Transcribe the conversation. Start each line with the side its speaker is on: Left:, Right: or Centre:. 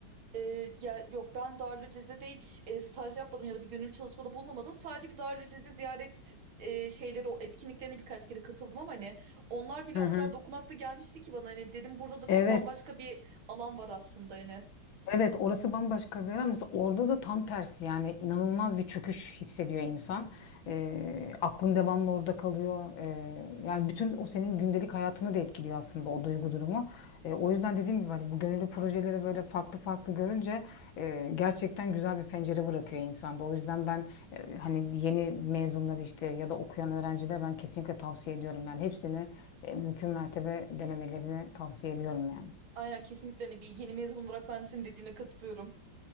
Right: Ee, ya yok ben Darülceze'de hiç e, staj yapmadım ya da bir gönüllü çalışmada bulunamadım. Sadece bir Darülceze ziyaret e, şeyleri o etkinliklerine birkaç kere katıldım ama hani onlar bile
Left: Hı
Right: o
Left: hı.
Right: kadar dokunaklı gelmişti ki bana hani dedim burada da çok
Left: Evet
Right: bambaşka bir alan var aslında hani.
Left: Evet orası bambaşka bir yer ama mesela orada da tam tersi yani inanılmaz bir çöküş hissediyor insan. Ee, aklın devamlı orada kalıyor. Ee, yani bütün o senin gündelik hayatını da etkiliyor aslında o duygu durumu. Ee, o yüzden dediğim gibi hani bu gönüllü projeleri böyle farklı farklı görünce e, gerçekten güzel bir pencere bırakıyor insanda. O yüzden ben e, hani yeni mezunları işte ya da okuyan öğrencilere ben kesinlikle tavsiye ediyorum. Yani hepsini e, mümkün mertebe denemelerini tavsiye ediyorum yani.
Right: Aynen kesinlikle hani bir yeni mezun olarak ben de senin dediğine katılıyorum.